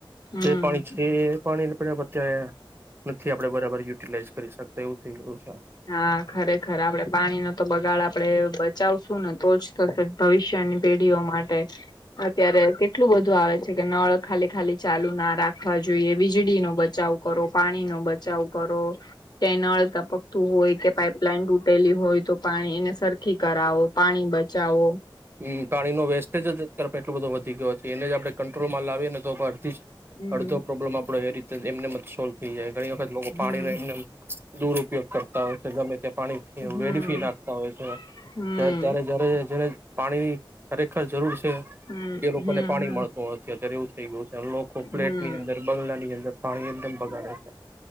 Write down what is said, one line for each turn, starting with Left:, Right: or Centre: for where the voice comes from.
Left: હમ
Right: જે પાણી છે એ પાણી <inaudible> <unintelligible> નથી આપડે બરાબર યુટિલાઈઝ કરી શકતા એવું થઈ ગયું. છે.
Left: હા, ખરેખર આપડે પાણી નો તો બગાડ આપડે બ ચાવ શું ને તો જ થશે ભવિષ્યની પેઢીઓ માટે અત્યારે કેટલું બધું આવે છે કે નળ ખાલી ખાલી ચાલુ ના રાખવા જોઈએ. વીજળી નો બચાવ કરો પાણી નો બચાવ કરો કે નળ તપક તુ હોય કે પાપલાઈન તૂટેલી હોય તો પાણી એને સરખી કરાવો પાણી બચાવો.
Right: હમ પાણી નો વેસ્ટેજ જ અત્યારે ત્યારે એટલો બધો વધી ગયો છે. એને જડણે કંટ્રોલમાં લાવીએ ને તો <unintelligible>
Left: હમ
Right: અડધો પ્રોબ્લેમ આપડે એ રીત એમનેમ જ સોલ્વ થઈ જાય. ઘણી વખત લોકો
Left: હમ
Right: પાણીનો એમ નેમ દુરપયોગ કરતા હોય છે ગમે તે પાણી
Left: હમ
Right: વેડફી નાખતા હોય છે.
Left: હમ
Right: ત્યારે જ્યારે જ્યારે પાણી ની ખરેખર જરૂર છ છે.
Left: હમ
Right: એ લોકો
Left: હમ
Right: ને પાણી
Left: હમ
Right: મળતું નથી. <unintelligible> થઈ <unintelligible> લોકો ફ્લેટ
Left: હમ
Right: ની અંદર બગલાની અંદર પાણી એકદમ બગાડે છે.